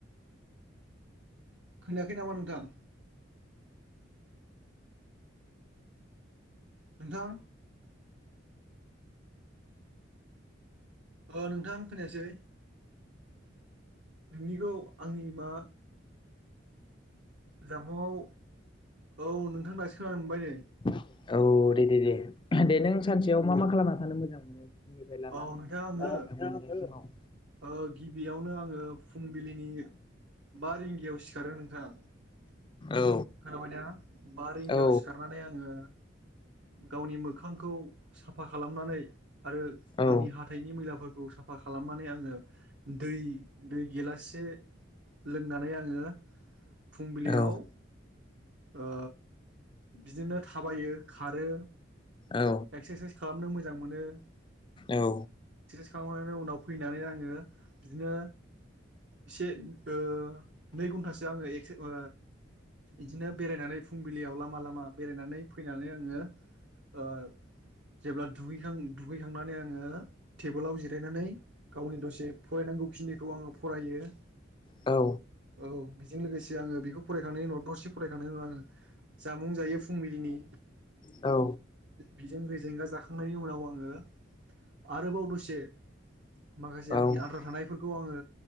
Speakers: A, on the right (about 65°); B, on the left (about 25°).
A: खोनायाखै नामा नोंथां नोंथां औ नोंथां खोनायासै नोंनिखौ आंनि मा नआव औ नोंथां दासो खोनानो मोनबाय नै ।
B: औ दे दे दे दे नों सानसेयाव मा मा खालामना थानो मोजां मोनो फुंनिफ्राय लानानै
A: औ नोंथां आङो
B: ओ <unintelligible> <inaudible>
A: ओ गिबियावनो आङो फुंबिलिनि बा रिंगायाव सिखारो नोंथां ।
B: औ
A: खोनाबायदा बा रिंगायाव
B: औ
A: सिखारनानै आङो गावनि मोखां खौ साफा खालामनानै आरो
B: औ
A: आंनि हाथाइनि मैलाफोर खौ साफा खालामनानै आङो दै दै गेलाससे लोंनानै आङो फुंबिलियाव
B: औ
A: ओ बिदिनो थाबायो, खारो
B: औ
A: एक्सारसाइस खालामनो मोजां मोनो ।
B: औ
A: खालामखांनायनि उनाव फैनानै आङो बिदिनो एसे ओ नै घन्टासो आङो एक्से ओ इदिनो बेरायनानै फुंबिलियाव लामा लामा बेरायनानै फैनानै आङो ओ जेब्ला दुगैखां दुगैखांनानै आङो टेबोलाव जिरायनानै गावनि दसे फरायना नांगौखिनिखौ आङो फरायो ।
B: औ
A: औ बेजों लोगोसे आङो बेखौ फरायखांनायनि उनाव दसे फरायखांनायनि उनाव आङो जामुं जायो फुंबिलिनि
B: औ
A: बिजों रेजेंगा जाखांनायनि उनाव आङो आरोबाव दसे माखासे आंनि
B: औ औ
A: आद्रा थानायफोरखौ आङो